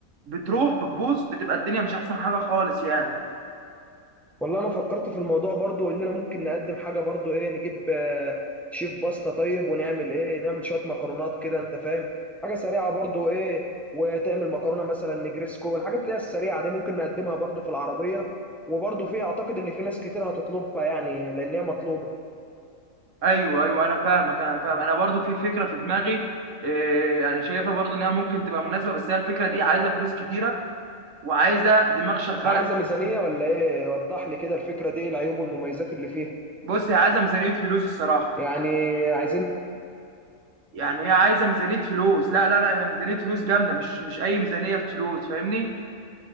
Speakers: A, on the right (about 65°); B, in the centre.
A: بتروح بتبوظ بتبقى الدنيا مش أحسن حاجة خالص يعني
B: والله انا فكرت في الموضوع برضو اننا ممكن نقدم حاجه برضو ايه نجيب آه، شيف باستا طيب ونعمل ايه نعمل شويه مكرونات كده انت فاهم حاجه سريعه برضو ايه وتعمل مكرونه مثلا نجريسكو الحاجات اللي هي السريعه دي ممكن نقدمها برضو في العربيه وبرضو في اعتقد ان في ناس كتير هتطلبها يعني لان هي مطلوبه
A: ايوه ايوه انا فاهمك انا فاهم انا برضو في فكره في دماغي إيه يعني شايفها برضو انها ممكن تبقى مناسبه بس هي الفكره دي عايزه فلوس كتيره وعايزه دماغ شغاله
B: عايزة ميزانية ولا ايه وضح لي كده الفكرة دي إيه العيوب والمميزات اللي فيها
A: بص هي عايزه ميزانيه فلوس الصراحه
B: يعني عايزين
A: يعني هي عايزه ميزانيه فلوس لا لا لا هي ميزانيه فلوس جامده مش مش اي ميزانيه فلوس فاهمني